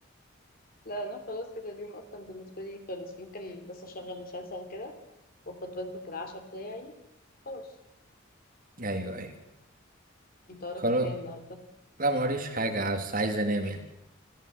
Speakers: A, on the left (about 45°); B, on the right (about 40°).
A: لا انا خلاص كده اليوم اصلا بالنسبة لي خلص ممكن بس اشغل مسلسل كده واخد وجبة العشاء بتاعي خلاص
B: ايوه ايوه
A: انت وراك
B: خلاص
A: ايه تاني النهاردة
B: لا موريش حاجه بس عايز انام يعني